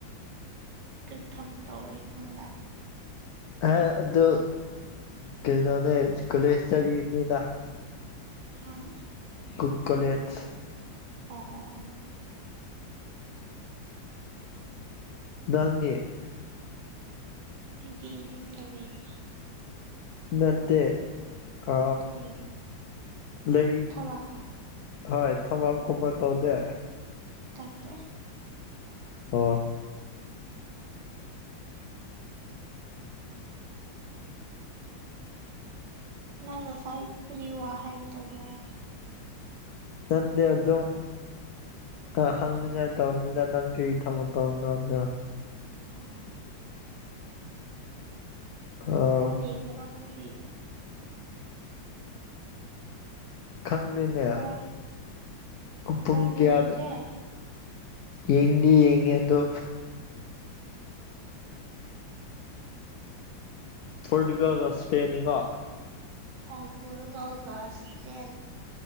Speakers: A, on the right; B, on the left.
A: ꯀꯔꯤꯊ ꯄꯠꯇ ꯋꯥꯔꯤ ꯐꯥꯎꯗꯥ
B: ꯑꯗꯨ ꯀꯩꯅꯣꯅꯦ ꯀꯂꯦꯁ ꯆꯔꯤꯅꯤꯅ
A: ꯍꯥꯥ
B: ꯀꯨꯀꯂꯦꯠ
A: ꯑꯣ ꯑꯣ ꯑꯣ
B: ꯉꯥꯡꯒꯦ
A: ꯗꯒꯤ ꯌꯨꯝꯗ ꯂꯩ
B: ꯅꯠꯇ ꯑ
A: ꯀꯔꯤ
B: ꯂꯩ
A: ꯊꯕꯛ
B: ꯍꯣꯏ ꯊꯕꯛ ꯀꯨꯝꯕ ꯇꯧꯗꯦ
A: ꯊꯧꯦ
B: ꯑꯣ
A: ꯅꯪꯅꯁꯥꯏ ꯀꯔꯤ ꯋꯥ ꯍꯥꯏꯒꯦ ꯇꯧꯕ꯭ꯔꯥ
B: ꯇꯗꯦ ꯑꯗꯨ ꯑꯗꯨꯝ ꯑ ꯍꯪꯅꯤꯡꯉꯥꯏ ꯇꯧꯔꯅꯤꯗ ꯅꯪ ꯀꯔꯤ ꯊꯕꯛꯛꯇꯧꯅꯣꯗ
A: ꯑꯣ
B: ꯑꯥ
A: ꯌꯦꯡꯖꯔꯣ ꯅꯗꯤ
B: ꯈꯪꯉꯅꯦ
A: ꯕꯣꯜ
B: ꯄꯨꯡ
A: ꯕꯣꯜ
B: ꯀꯌꯥꯗ
A: ꯌꯦꯡꯗꯦ
B: ꯌꯦꯡꯗꯤ ꯌꯦꯡꯉꯦꯗꯣ ꯄꯣꯔꯇꯨꯒꯜꯒ ꯁꯄꯦꯟꯅꯤꯀꯣ
A: ꯑꯄꯨꯔꯒꯥꯎꯒꯁ ꯄꯦꯟ